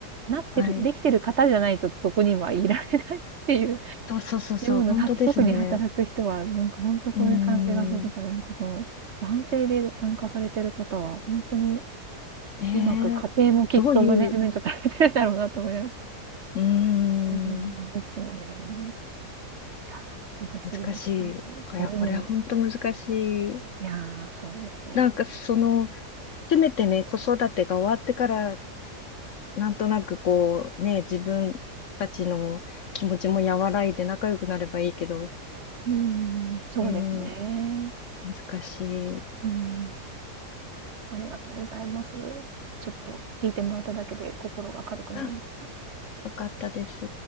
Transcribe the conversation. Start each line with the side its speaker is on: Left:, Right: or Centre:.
Right: う、なってるできてる方じゃないとそこにはいられないっていう
Left: はい。そうそうそうそう、
Right: ような、
Left: 本当ですね。
Right: は特に働く人は、なんかほんとそういう感じがするから、
Left: うん、
Right: なんかこの、男性で参加されてる方はほんとに
Left: ねえ、
Right: うまく家庭もきっとマネジメントされてるだろうなと思います
Left: どういう、うん、
Right: うーん、ですよね。いや、すごすぎます、
Left: 難しい。
Right: 本当に。
Left: いや、
Right: うん。
Left: これは本当難しい。
Right: いや、そうですね。
Left: なんかその、せめてね、子育てが終わってから、なんとなくこう、ね、自分たちの気持ちも和らいで仲良くなればいいけど、
Right: うーん、そうですね。
Left: ねえ、難しい。
Right: うん、ありがとうございます。ちょっと聞いてもらっただけで心が軽くなりました。
Left: あ、よかったです。